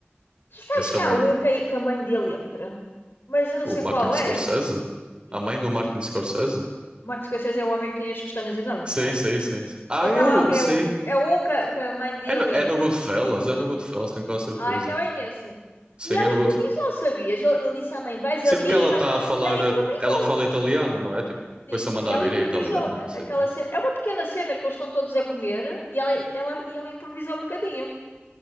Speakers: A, on the left; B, on the right.
A: E sabes
B: Esse também.
A: que há um que, a- que a mãe dele entra, mas eu não
B: O
A: sei
B: Martin
A: qual
B: Scorsese?
A: é. Exa-
B: A mãe do Martin Scorsese?
A: Martin Scorsese é o homem que tem as pestanas enormes,
B: Sim,
A: não é?
B: sim, sim. sim. Ah,
A: Então
B: eu.
A: há- é,
B: Sim.
A: um, é um que, a- que a mãe dele
B: É no, é
A: entra.
B: no Goodfellas, é no Goodfellas, tenho quase certeza.
A: Ah, então é nessa.
B: Sim,
A: E ela
B: é no
A: improvisou,
B: Goodfellas.
A: sabias? Ele, ele disse à mãe: vais
B: Sim,
A: ali,
B: porque ela
A: e vais
B: está
A: falar.
B: a falar.
A: E ela improvisou.
B: ah, Ela fala italiano, não é? Tipo, depois
A: Sim,
B: só manda
A: e
B: a
A: ela
B: mandar vir
A: improvisou
B: é italiano
A: a-
B: e não sei
A: aquela
B: o quê.
A: cena. É uma pequena cena que eles estão todos a comer e ela, ela, e ela improvisou um bocadinho.